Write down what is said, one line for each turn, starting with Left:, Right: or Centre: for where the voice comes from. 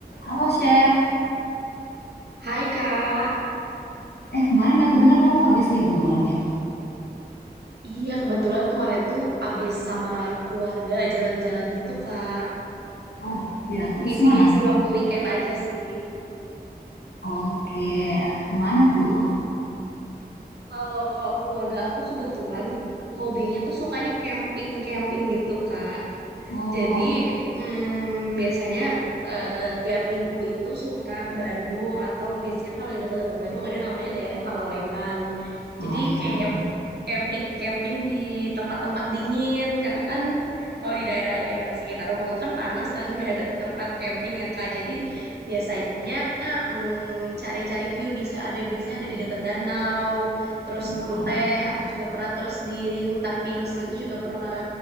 Left: Halo Sher,
Right: Hai Kak,
Left: eh kemarin aku dengar kamu habis liburan ya?
Right: iya kebetulan kemarin tuh abis sama keluarga jalan-jalan gitu Kak,
Left: Ah, ya terus
Right: ngisi-ngisi
Left: mana?
Right: waktu weekend aja sih.
Left: Oke, kemana tuh?
Right: Kalau keluarga aku kebetulan hobinya tuh sukanya camping-camping gitu Kak.
Left: Oh,
Right: Jadi mm, biasanya eh, tiap minggu itu suka ke Bandung atau biasanya kalau di dekat-dekat Bandung ada namanya daerah Pangalengan.
Left: kemarin.
Right: Jadi kayak camping-camping di tempat-tempat dingin karena kan kalau di daerah-daerah sekitar rumahku kan panas dan gak ada tempat camping ya Kak. Jadi biasanya mm, cari-cari view bisa ada biasanya ada di dekat danau, terus
Left: Wow.
Right: kebun teh. Aku juga pernah terus di hutan pinus gitu juga pernah